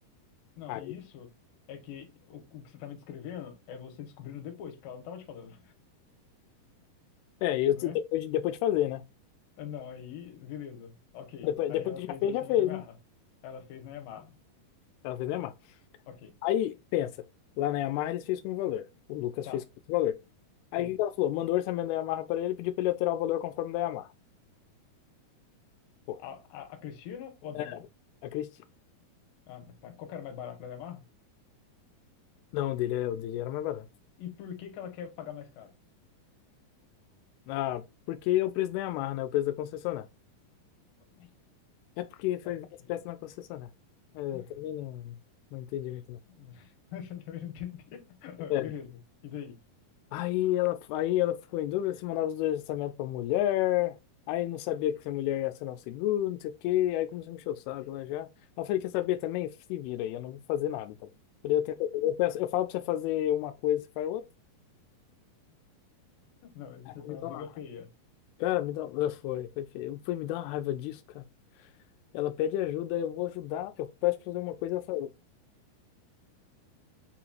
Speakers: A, on the left (about 70°); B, on the left (about 90°).
A: Não,
B: Aí,
A: e isso é que o, o que você tá me descrevendo é você descobrindo depois, porque ela não tava te falando,
B: é, eu,
A: <laughs> não
B: depois,
A: é?
B: de- depois de fazer, né?
A: Ah, Não, aí, beleza, ok.
B: Depois,
A: Aí
B: depois
A: ela
B: que
A: fez
B: já fez,
A: o orçamento
B: já fez,
A: da Yamaha.
B: né?
A: Ela fez na Yamaha.
B: Ela fez nem amarra.
A: Ok,
B: Aí, pensa, lá na Yamaha eles fez com o valor. O Lucas
A: tá,
B: fez com outro valor. Aí
A: sim.
B: o que que ela falou? Mandou o orçamento da Yamaha pra ele, pediu pra ele alterar o valor conforme da Yamaha. Pô,
A: A, a, a Cristina ou a dona?
B: é, a Cristina.
A: Ah, meu pai. Qual que era mais barato da Yamaha?
B: Não, o dele, é- o dele era mais barato.
A: E por que que ela quer pagar mais caro?
B: Ah, porque é o preço da Yamaha, né? O preço da concessionária.
A: Mas,
B: É porque
A: ok.
B: foi ver as peças na concessionária. É, Eu
A: Ah.
B: também não, não entendi muito,
A: <laughs>
B: não.
A: Você também não entendeu. <laughs>
B: É.
A: Beleza. E daí?
B: Aí ela, aí ela ficou em dúvida se mandava os dois orçamentos pra mulher. Aí não sabia que se a mulher ia assinar o seguro, não sei o quê. Aí começou a me encher o saco lá já. Aí eu falei, quer saber também? Se vira aí, eu não vou fazer nada também. Falei, Eu, tento, eu, peço- eu falo pra você fazer uma coisa, você faz outra.
A: Não, mas isso foi
B: Me
A: uma
B: dá
A: briga
B: uma-
A: feia.
B: Cara, me dá. ah, Foi, foi feio. Foi me dar uma raiva disso, cara. Ela pede ajuda, eu vou ajudar. Eu peço pra fazer uma coisa, ela fala. outra.